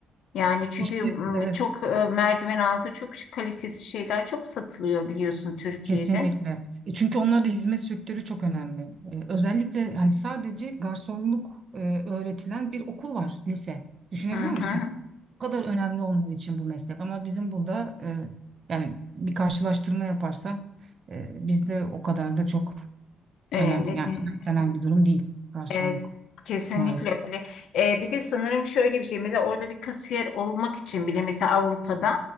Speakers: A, on the left; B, on the right.
A: Yani çünkü
B: İşte,
A: m,
B: evet.
A: çok e, merdiven altı çok kalitesiz şeyler çok satılıyor biliyorsun Türkiye'de.
B: Kesinlikle. E, Çünkü onlarda hizmet sektörü çok önemli. E, özellikle hani sadece garsonluk e, öğretilen bir okul var, lise. Düşünebiliyor
A: Hı
B: musun?
A: hı.
B: Bu kadar önemli olmadığı için bu meslek. Ama bizim burada e, yani bir karşılaştırma yaparsam e, bizde o kadar da çok
A: Önemli
B: önemli, yani
A: değil.
B: önemsenen bir durum değil garsonluk
A: Evet. Kesinlikle
B: maalesef.
A: öyle. E, bir de sanırım şöyle bir şey. Mesela orada bir kasiyer olmak için bile mesela Avrupa'da